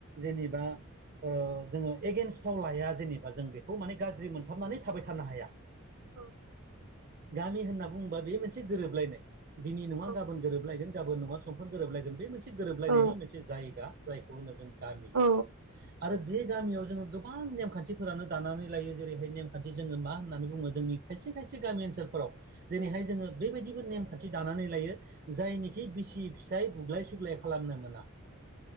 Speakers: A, on the right (about 45°); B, on the right (about 80°).
A: जेनेबा ओ जोङो एगेेनस्टाव लाया जेनेबा जों बेखौ माने गाज्रि मोनथाबनानै थाबाय थानो हाया।
B: <inaudible>
A: गामि होनना बुङोबा बे मोनसे गोरोबलायनाय दिनै नङा
B: औ
A: गाबोन गोरोबलायगोन गाबोन नङा समफोर गोरोबलायगोन बे मोनसे गोरोबलायनायनि
B: औ
A: मोनसे जायगा जायखौ होनो जों गामि
B: औ
A: आरो बे गामियाव जोङो गोबां नेमखान्थिफोरानो दानानै लायो जेरैहाय नेमखान्थि जोङो मा होननानै बुङो जोंनि खायसे खायसे गामि ओनसोलफोराव जेरैहाय जोङो बेबायदिबो नेमखान्थि दानानै लायो जायनिखि बिसि फिसाय बुग्लाय सुग्लाय खालामनो मोना।